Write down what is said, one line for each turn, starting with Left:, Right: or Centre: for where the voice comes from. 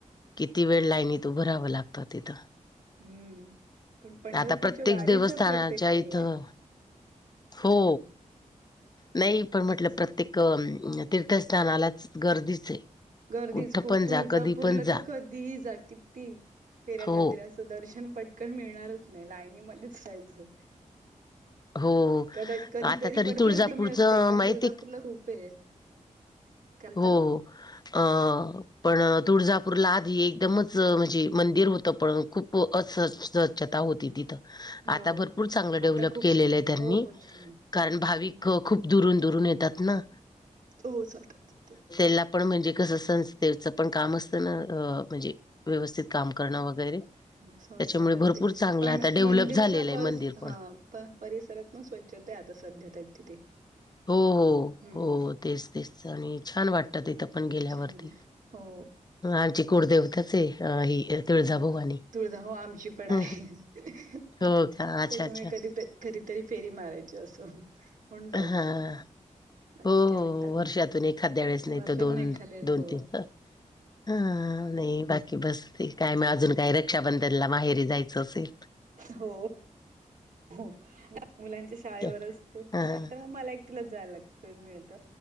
Left: किती वेळ लाईनीत उभं राहावं लागतं तिथं
Right: हम्म पण पंढरपूरच्या
Left: आता प्रत्येक
Right: वारीच
Left: देवस्थानाच्या
Right: प्रत्येक वेगळं
Left: इथं
Right: आहे
Left: हो
Right: हम्म
Left: नाही
Right: त्यांचं
Left: पण म्हटलं
Right: कसं
Left: प्रत्येक तीर्थस्थानालाच गर्दीच आहे
Right: गर्दीच
Left: कुठं
Right: खूप
Left: पण
Right: तुळजा
Left: जा, कधी
Right: पुूरला
Left: पण
Right: तर
Left: जा.
Right: कधीही जा किती पेऱ्या
Left: हो,
Right: झाालतरी अस दर्शन पटकन मिळणारच नाही लायनीमध्येच जायचंय
Left: हो.
Right: कदाच कधीतरी
Left: आता तरी
Right: पडला
Left: तुळजापूरचं
Right: कधी मी असते पण
Left: माहिती
Right: तुळजापूरला खूप आहे कालता
Left: हो अ पण तुळजापूरला आधी एकदमच म्हणजे मंदिर होतं पण खूप असं स्वच्छता होती तिथं
Right: हो
Left: आता भरपूर चांगलं डेव्हलप
Right: आता खूप
Left: केलेलं
Right: सोच
Left: आहे त्यांनी
Right: हो हो छान आहे
Left: कारण भाविक
Right: हम्म.
Left: खूप दुरून दुरून येतात ना
Right: हो <inaudible>
Left: ला पण म्हणजे कसं संस्थेचं पण काम असतं ना म्हणजे
Right: हो
Left: व्यवस्थित काम करणं वगैरे
Right: संसार
Left: त्याच्यामुळे
Right: करते
Left: भरपूर चांगलं
Right: पण
Left: आता डेव्हलप
Right: मंदिराच्या
Left: झालेलं आहे
Right: परस
Left: मंदिर पण
Right: ह प परिसरात पण स्वच्छता आहे आता सध्या त्या तिथे
Left: हो हो
Right: हम्म
Left: हो तेच तेच आणि छान वाटतात इथं पण गेल्यावरती
Right: छान आहे हो
Left: आमची कुलदेवता आहे अ ही तुळजाभवानी.
Right: हो तुळझा हो आमची पण
Left: हं,
Right: आहे
Left: हं.
Right: त्याच्यामुळे
Left: हो का? अच्छा, अच्छा.
Right: कधी तर कधीतरी फेरी मारायची असं म्हण जायचं
Left: हां.
Right: बाकी
Left: हो
Right: काय
Left: हो
Right: म्हणतात
Left: वर्षातून एखाद्या वेळेस
Right: वर्षातून
Left: नाही तर दोन
Right: एखाद्यात
Left: दोन
Right: हो.
Left: तीन ह हा नाही बाकी बस ते काय म अजून काही रक्षाबंधनला माहेरी जायचं असेल
Right: हो हो मुलांच्या शाळेवर
Left: तर?
Right: असतो
Left: हां.
Right: नाही तर मग मला एक कलं जाय लागत मिळत